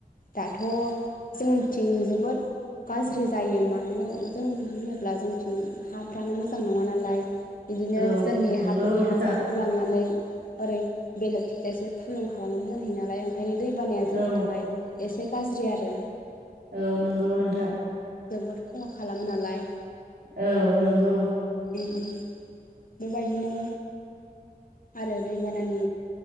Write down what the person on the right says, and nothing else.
औ
नंगौ
नोंथां
औ
औ नंगौ नोंथां
औ नंगौ